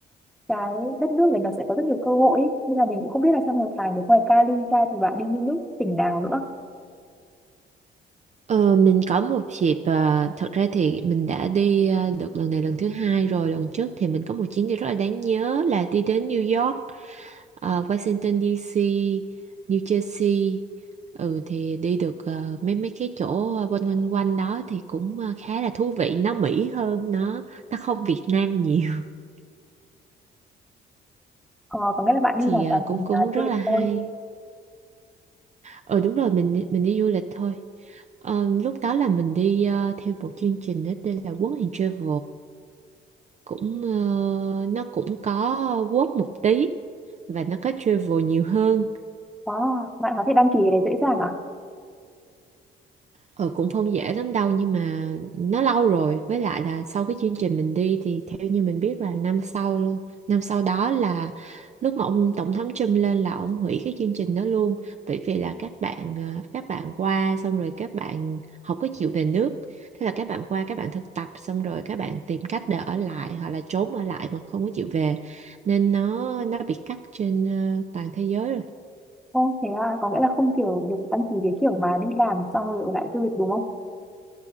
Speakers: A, in the centre; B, on the right.
A: cái đất nước này nó sẽ có rất nhiều cơ hội ấy. nên là mình cũng không biết là trong một tháng đến ngoài Cali ra thì bạn đi những nước tỉnh nào nữa
B: Ờ, mình có một dịp ờ, thật ra thì mình đã đi ờ, được lần này lần thứ hai rồi lần trước thì mình có một chuyến đi rất là đáng nhớ là đi đến New York ờ, Washington DC New Jersey ừ thì đi được ờ, mấy mấy cái chỗ ờ, quanh quanh quanh đó thì cũng ờ, khá là thú vị nó Mỹ hơn nó nó không Việt Nam nhiều <laughs>
A: ờ, có nghĩa là bạn đi
B: thì
A: hoàn
B: ờ,
A: toàn
B: cũng
A: thành
B: cũng
A: là
B: rất
A: du lịch
B: là hay
A: thôi
B: ờ đúng rồi mình đi- mình đi du lịch thôi Ờ, lúc đó là mình đi ờ, theo một chương trình đó tên là Work and Travel cũng ờ, nó cũng có work một tí và nó có travel nhiều hơn
A: Wow, bạn có thể đăng ký cái đấy dễ dàng à?
B: Ừ, cũng không dễ lắm đâu nhưng mà nó lâu rồi với lại là sau cái chương trình mình đi thì theo như mình biết là năm sau luôn năm sau đó là lúc mà ông tổng thống Trump lên là ông hủy cái chương trình đó luôn bởi vì là các bạn à, các bạn qua xong rồi các bạn không có chịu về nước thế là các bạn qua các bạn thực tập xong rồi các bạn tìm cách để ở lại hoặc là trốn ở lại mà không có chịu về nên nó nó bị cắt trên à, toàn thế giới rồi
A: Ồ, thế à, có nghĩa là không kiểu được đăng ký cái kiểu mà đi làm xong rồi ở lại du lịch đúng không?